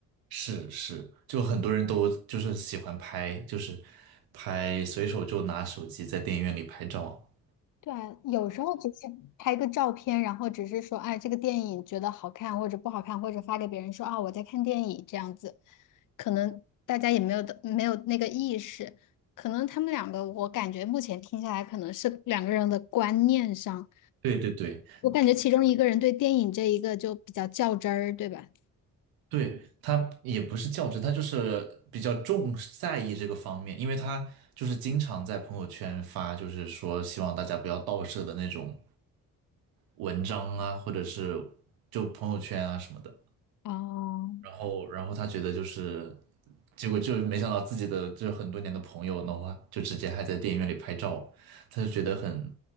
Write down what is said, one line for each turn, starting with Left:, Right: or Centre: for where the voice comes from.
Right: 是是，就很多人都就是喜欢拍，就是拍随手就拿手机在电影院里拍照，
Left: 对啊有时候只是拍个照片，然后只是说，哎，这个电影觉得好看或者不好看，或者发给别人说啊，我在看电影这样子，可能大家也没有的没有那个意识，可能他们两个，我感觉目前听下来，可能是两个人的观念上，
Right: 对对对，
Left: 我感觉其中一个人对电影这一个就比较较真儿，对吧？
Right: 对，他也不是较真，他就是比较重视在意这个方面，因为他就是经常在朋友圈发，就是说希望大家不要盗摄的那种文章啊，或者是就朋友圈啊什么的。
Left: 哦，
Right: 然后，然后他觉得就是，结果就没想到自己的就是很多年的朋友的话，就直接还在电影院里拍照，他就觉得很